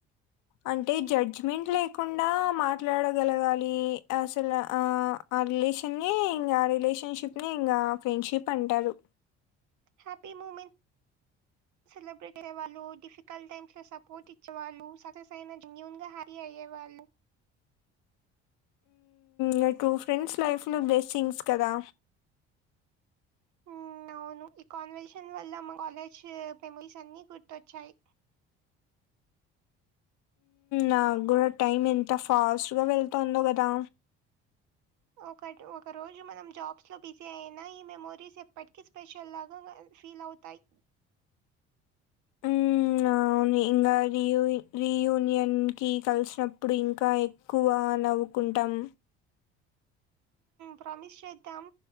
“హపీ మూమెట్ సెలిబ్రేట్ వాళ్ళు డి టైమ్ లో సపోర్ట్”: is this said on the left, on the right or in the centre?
Right